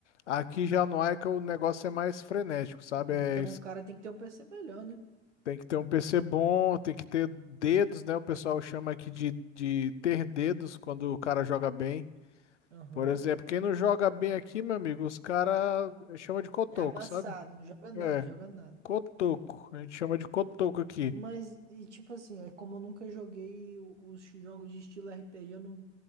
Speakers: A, on the left (about 80°); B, on the right (about 80°).
A: Aqui já no Ica o negócio é mais frenético, sabe?
B: Então
A: É es-
B: o cara tem que ter um PC melhor, né?
A: tem que ter um PC bom, tem que ter dedos, né? O pessoal chama aqui de, de ter dedos quando o cara joga bem.
B: Aham.
A: Por exemplo, quem não joga bem aqui, meu amigo, os caras chama de cotoco,
B: É amassado,
A: sabe?
B: não joga nada,
A: É,
B: joga nada.
A: cotoco. A gente chama de cotoco aqui.
B: Mas, e tipo assim, é como eu nunca joguei o- os jogos de estilo RPG, eu não,